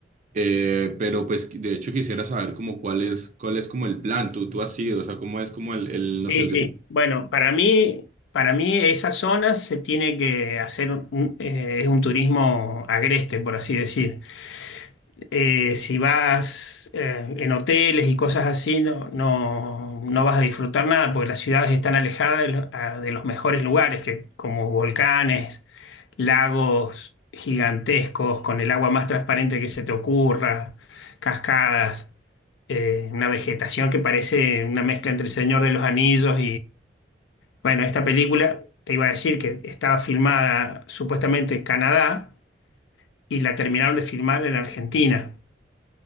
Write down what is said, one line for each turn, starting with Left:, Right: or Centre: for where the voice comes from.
Right: eh, pero pues de hecho quisiera saber como cuál es, cuál es como el plan, tú, tú has ido, o sea, cómo es como el, el, no
Left: Sí,
Right: sé, el
Left: sí. Bueno, para mí, para mí esa zona se tiene que hacer un, un- eh, es un turismo agreste, por así decir. Eh, si vas eh, en hoteles y cosas así, no, no, no vas a disfrutar nada, porque las ciudades están alejadas de, lo- a- de los mejores lugares, que, como volcanes, lagos gigantescos, con el agua más transparente que se te ocurra, cascadas, eh, una vegetación que parece una mezcla entre el Señor de los Anillos bueno, esta película, te iba a decir que estaba filmada supuestamente en Canadá y la terminaron de filmar en Argentina.